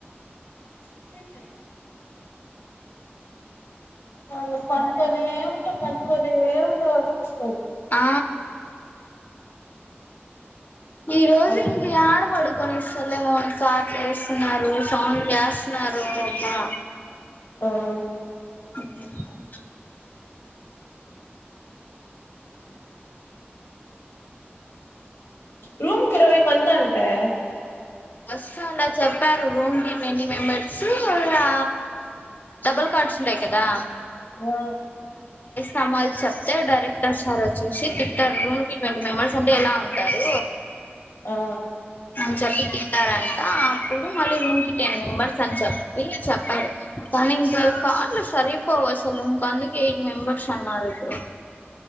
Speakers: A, on the left; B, on the left.
A: సతట్లయ అ పంకోనే ఉంట పంకోనే ఉంటా అనీపిస్
B: ఆ ఈ రోజు
A: తలుపులు
B: ఎనికి ఇ ఎడ పడుకునిస్తరు లే మోని కార్లు ఏస్తున్నారు సౌండ్లు చేస్తున్నారు అబ్బా
A: హ్మ్
B: హ్మ్
A: రూమ్ కిరవై మందంటె
B: ఫస్ట్ అల చేప్పారు రూమ్ ట్వంటీ ట్వంటీ మెంబర్స్ ఆ డబుల్ కార్డ్స్ ఉంటాయి కదా
A: ఆ
B: తమాజి చెప్తే డైరెక్టర్ సారోచ్చేసి తిట్టరు ట్వంటీ మెంబర్స్ అంటే ఎలా ఉంటారు
A: ఆ
B: అని చెప్పి తిట్ ట్టారంటా అప్పుడు మళ్ళీ రూమ్ కి టెన్ మెంబర్స్ అని చెప్పి చెప్పారు కనింక కార్లు సరేప్ పోవసలు అందుకే ఎయిట్ మెంబర్స్ అన్నారు ఇప్పుడు